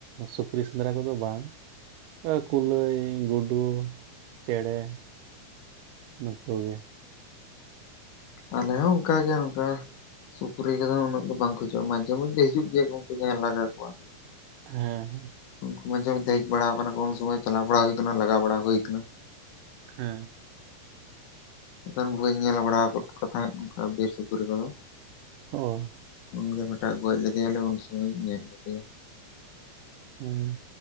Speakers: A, on the right; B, on the left.
A: ᱥᱩᱠᱨᱤ ᱥᱮᱸᱫᱽᱨᱟ ᱠᱚᱫᱚ ᱵᱟᱝ᱾ ᱮ ᱠᱩᱞᱟᱹᱭ ᱜᱩᱰᱩ ᱪᱮᱬᱮ ᱱᱩᱠᱩ ᱜᱮ᱾
B: ᱟᱞᱮ ᱦᱚᱸ ᱚᱱᱠᱟ ᱜᱮ ᱟᱱᱠᱟ, ᱥᱩᱠᱨᱤ ᱠᱚᱫᱚ ᱩᱱᱟᱹᱜ ᱫᱚ ᱵᱟᱝ ᱠᱚ ᱦᱤᱡᱩᱜᱼᱟ ᱢᱟᱡᱷᱮ ᱢᱚᱫᱽᱷᱮ ᱦᱤᱡᱩᱜ ᱜᱮᱭᱟ ᱩᱱᱠᱩ ᱡᱟᱦᱟᱸᱭ ᱞᱟᱜᱟ ᱠᱚᱣᱟ᱾
A: ᱦᱮᱸ ᱦᱮᱸ
B: ᱩᱱᱠᱩ ᱢᱟᱡᱷᱮ ᱢᱳᱫᱷᱮ ᱦᱮᱡ ᱵᱟᱲᱟᱣ ᱠᱟᱱᱟᱠᱩ ᱩᱱ ᱥᱚᱢᱚᱭ ᱪᱟᱞᱟᱣ ᱵᱟᱲᱟᱣ ᱦᱩᱭ ᱠᱟᱱᱟ ᱞᱟᱜᱟᱣ ᱵᱟᱲᱟ ᱦᱩᱭ ᱠᱟᱱᱟ᱾
A: ᱦᱮᱸ
B: ᱮᱱᱠᱷᱟᱱ ᱵᱟᱹᱧ ᱧᱮᱞ ᱵᱟᱲᱟᱣ ᱟᱠᱟᱫ ᱠᱚ ᱛᱟᱦᱮᱸᱫ ᱵᱤᱨ ᱥᱩᱠᱨᱤ ᱠᱚᱫᱚ᱾
A: ᱦᱚᱸ
B: ᱩᱱᱜᱮ ᱢᱮᱴᱟᱜ ᱜᱚᱡ ᱞᱮᱫᱮᱭᱟᱞᱮ ᱩᱱ ᱥᱚᱢᱚᱭᱤᱧ ᱧᱮᱞ ᱞᱮᱫᱮᱭᱟ᱾
A: ᱦᱮᱸ